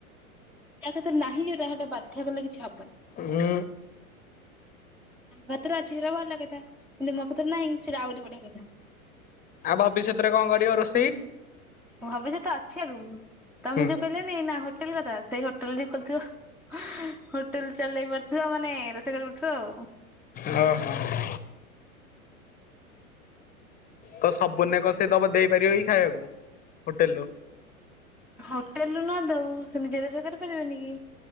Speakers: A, in the centre; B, on the left (about 20°).
A: ଯାହା କତୀରେ ନାହିଁ ସେଇଟା ବାଧ୍ୟ କଲେ କିଛି ହବନି।
B: ହୁଁ।
A: ତାଙ୍କ କତିରେ ଅଛି ସେଟା ଭଲ କଥା କିନ୍ତୁ ମୋ କତୀରେ ନାହିଁ ସେଇଟା ଆହୁରି ବଢିଆ କଥା।
B: ଆଉ ଭବିଷ୍ୟତରେ କଣ କରିବ ରୋଷେଇ?
A: ଭବିଷ୍ୟତ ଅଛି ଆଗକୁ ତମେ
B: ହୁଁ
A: ଯଉ କହିଲନି ଏଇନା ହୋଟେଲ କଥା ସେଇ ହୋଟେଲ ଯେ ଖୋଲିଥିବ ହୋଟେଲ ଚଲେଇ ପାରୁଥିବ ମାନେ ରୋଷେଇ କରିପାରୁଥିବ ଆଉ।
B: ହଁ ହଁ। ତ ସବୁଦିନେ କଣ ସେ ଦବ ଦେଇପାରିବ କି ଖାଇବାକୁ ହୋଟେଲ ରୁ
A: ହୋଟେଲ ରୁ ନ ଦଉ ସେ ନିଜେ ରୋଷେଇ କରିପାରିବନି କି?